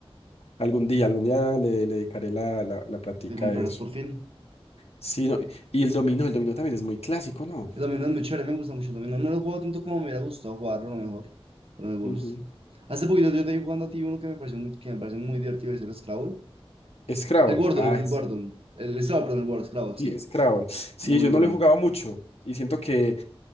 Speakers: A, on the left (about 80°); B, on the right (about 65°).
A: Algún día, algún día le, le dedicaré la, la, la plática
B: Yo comprarás
A: a eso.
B: por fin.
A: Sí, no, y el dominó, el dominó también es muy clásico, ¿no?
B: El dominó es muy chévere, me gusta mucho el dominó. No lo juego tanto como me hubiera gustado jugarlo, a lo mejor, pero me gusta.
A: Ujú.
B: Hace poquito yo te vi jugando a ti uno que me pareció muy, que me parece muy divertido, es el Scrabble.
A: Scrabble,
B: El Wordle,
A: ah,
B: el,
A: es-
B: el Wordle. El Scrabble, perdón, el Wordle, Scrabble, sí.
A: sí, Scrabble. Sí,
B: Muy
A: yo
B: bueno.
A: no lo he jugado mucho y siento que,